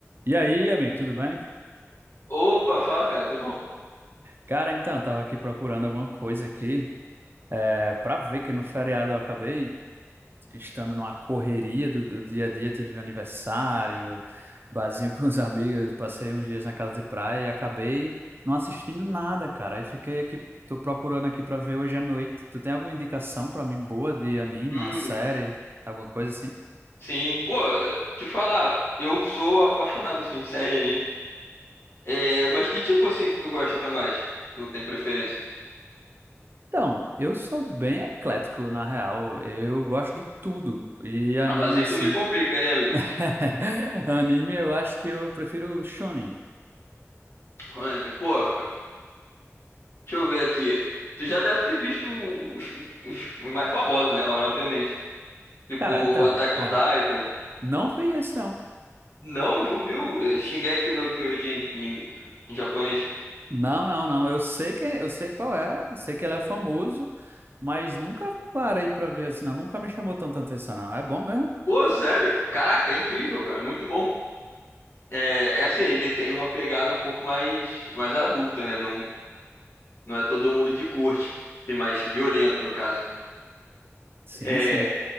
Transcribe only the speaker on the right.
E aí, amigo, tudo bem?
Cara, então, eu tava aqui procurando alguma coisa aqui, é, pra ver que no feriado eu acabei estando numa correria do, do dia a dia, teve um aniversário, barzinho <laughs> com os amigos, passei uns dias na casa de praia e acabei não assistindo nada, cara. Aí fiquei aqui, tô procurando aqui pra ver hoje à noite. Tu tem alguma indicação pra mim boa de anime,
uma série, alguma coisa assim?
Então, eu sou bem eclético, na real. Eu gosto de tudo. E anime,
assim.
<laughs> Anime, eu acho que eu prefiro shonen.
Cara, então,
é,
não vi esse não.
Não, não, não. Eu sei que, eu sei qual é, eu sei que ele é famoso, mas nunca parei pra ver assim, não. Nunca me chamou tanta atenção, não. É bom mesmo?
Sim,
sim.